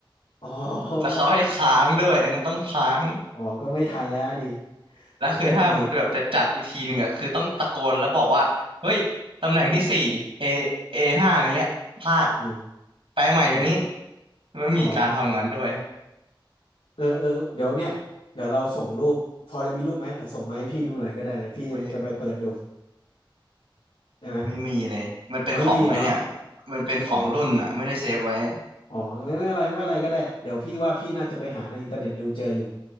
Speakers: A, on the left; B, on the right.
A: อ๋อ
B: แล้วเขาให้ค้างด้วยมันต้องค้าง
A: ก็อ๋อ ก็ไม่ทันแล้วดิ
B: แล้วคือถ้าหมุดแบบจะจัดอีกทีหนึ่งอะคือต้องตะโกนแล้วบอกว่าเฮ้ยตำแหน่งที่สี่เอ
A: เออเออ
B: เอห้าอะไรเงี้ยพลาด
A: อืม
B: แปลใหม่เดี๋ยวนี้
A: อ๋อ
B: แล้วมีการทำงานด้วย
A: อ๋อเออเออเดี๋ยวเนี่ย เดี๋ยวเราส่งรูป พอจะมีรูปไหมเดี๋ยวส่งมาให้พี่ดูหน่อยก็ได้เดี๋ยวพี่จะไปเปิดดู
B: เฮ้ย
A: ได้ไหม
B: ไม่มีเลยมันเป็นของไอเนี่ย
A: เอาไม่มีเหรอ
B: มันเป็นของรุ่นอะไม่ได้เซฟไว้
A: อ๋อ อ๋อไม่ไม่เป็นไรไม่เป็นไรก็ได้เดี๋ยวพี่ว่าพี่น่าจะไปหาในอินเทอร์เน็ตดูเจออยู่